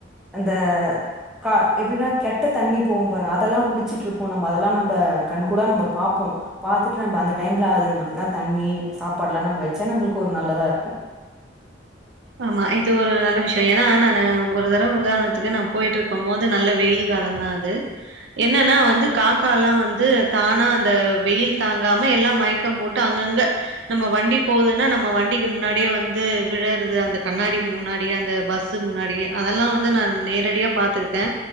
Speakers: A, in the centre; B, on the right (about 70°).
A: அந்த கா எப்டினா கெட்ட தண்ணி போவு பாருங்க அதெல்லா குடிச்சிட்ருப்போ நம்ம அதெல்லா நம்ம கண்கூடா நம்ம பாப்போ பாத்துட்டு நம்ம அந்த டைம்ல அதுங்களுக்கு தண்ணி சாப்பாடுல்லா நம்ம வச்சா நம்ளுக்கு ஒரு நல்லதா இருக்கு
B: ஆமா இது ஒரு நல்ல விஷ்யோ ஏனா நானு ஒரு தரவ உதாரணத்துக்கு நா போயிட்டு இருக்கும் போது நல்ல வெயிலு காலந்தா அது என்னன்னா வந்து காக்கால்லா வந்து தானா அந்த வெயில் தாங்காம எல்லா மயக்கம் போட் டு அங்கங்க நம்ம வண்டி போகுதுன்னா நம்ம வண்டிக்கு முன்னாடியே வந்து விழ ந்தது அந்த கண்ணாடி முன்னாடி அந்த பஸ் முன்னாடி அதெல்லா வந்து நா நேரடியா பா்த்திருக்கே